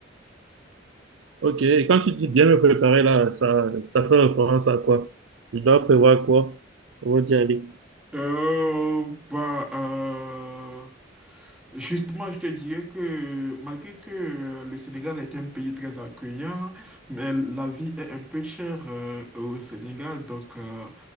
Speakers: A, on the right; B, in the centre.
A: Ok, et quand tu dis bien me préparer là, ça, ça fait référence à quoi? Je dois prévoir quoi avant d'y aller?
B: Euh, bah, euh, Justement, je te dirais que malgré que euh, le Sénégal est un pays très accueillant, mais la vie est un peu chère euh, au Sénégal. Donc, euh,